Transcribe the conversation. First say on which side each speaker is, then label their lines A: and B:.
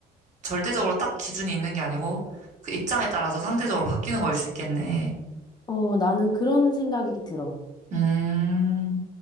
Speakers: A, on the right; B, on the left.
A: 절대적으로 딱 기준이 있는 게 아니고 그 입장에 따라서 상대적으로 바뀌는 거일 수 있겠네.
B: 어, 나는 그런 생각이 들어.
A: 음,